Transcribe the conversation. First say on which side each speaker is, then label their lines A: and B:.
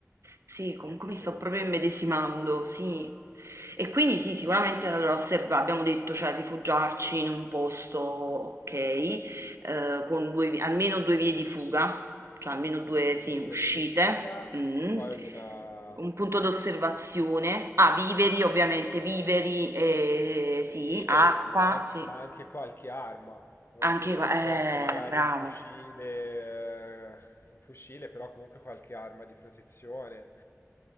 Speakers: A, on the right; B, on the left.
A: Sì, comunque
B: anche
A: mi sto
B: questo.
A: proprio immedesimando, sì. E quindi sì, sicuramente allora osserva- abbiamo detto, cioè rifugiarci in un posto, ok, eh, con due vi- almeno due vie di fuga, cioè almeno due,
B: Almeno
A: sì, uscite,
B: due vie di fuga,
A: mm.
B: poi una
A: Un punto d'osservazione, ah, viveri ovviamente, viveri, eh, sì,
B: Viveri,
A: acqua,
B: ma anche,
A: sì,
B: ma anche qualche arma. Ora,
A: anche,
B: non
A: qua-
B: per
A: eh,
B: forza magari
A: bravo.
B: un fucile, eh, un fucile, però comunque qualche arma di protezione.